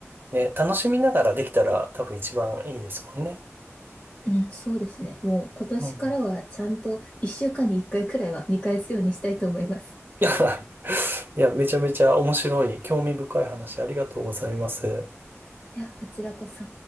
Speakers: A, on the right; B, on the left.
A: ね、楽しみながらできたら多分一番いいですもんね。
B: うん、そうですね。もう今年からはちゃんと一週間に一回くらいは見返すようにしたいと思います。
A: うん。<laughs> いや、いや、めちゃめちゃ面白い、興味深い話ありがとうございます。
B: いや、こちらこそ。